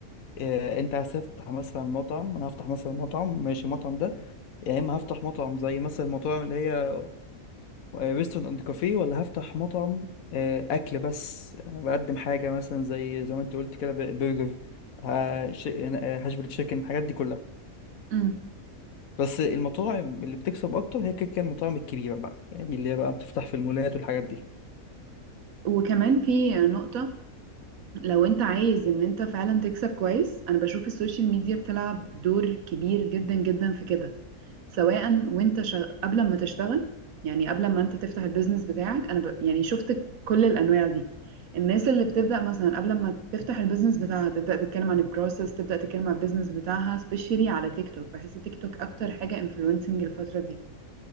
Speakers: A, on the left; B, on the right.
A: آه، انت هتفتح مثلا مطعم انا هفتح مثلا مطعم ماشي المطعم ده يا اما هفتح مطعم زي مثلا المطاعم اللي هي ريستورانت اند كافيه ولا هفتح مطعم آه، اكل بس أنا بقدم حاجه مثلا زي زي ما انت قلت كده ب- برجر ها- ش- آه، هاش بري تشيكن الحاجات دي كلها
B: امم
A: بس المطاعم اللي بتكسب اكتر هي كده كده المطاعم الكبيره بقى يعني اللي هي بقى بتفتح في المولات والحاجات دي
B: وكمان في نقطة لو انت عايز ان انت فعلا تكسب كويس انا بشوف السوشيال ميديا بتلعب دور كبير جدا جدا في كده سواء وانت شغ... قبل ما تشتغل يعني قبل ما انت تفتح البيزنس بتاعك انا ب... يعني شفت كل الانواع دي الناس اللي بتبدا مثلا قبل ما تفتح البيزنس بتاعها تبدا تتكلم عن البروسيس تبدا تتكلم عن البيزنس بتاعها سبيشالي على تيك توك بحس تيك توك اكتر حاجه انفلونسنج الفتره دي